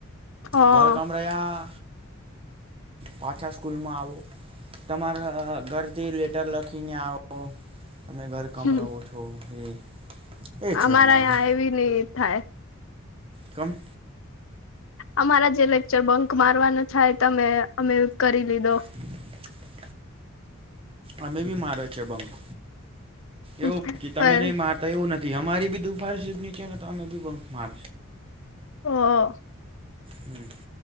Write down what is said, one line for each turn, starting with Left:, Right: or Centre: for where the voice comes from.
Left: હ
Right: ઘર કામરાયા પાછા સ્કૂલમાં આવું. તમારા ઘરથી લેટર લખીને આવો. તમે ઘર કમ
Left: હમ
Right: રહો છો એ. એ છે
Left: અમારા
Right: અમારું
Left: હયા એવી નેવી થાય.
Right: કમ.
Left: અમારા જે લેક્ચર બંક મારવાનું થાય તમે અમે કરી લીધો
Right: <inaudible> અમે બી મારો છે બંક
Left: પણ
Right: એવું તમે નહી માર. તે એવું નથી અમારી બી દુ ફાઈલ સીપ નીચે ને તો અમે બીં બંક માર.
Left: હ.
Right: હમ.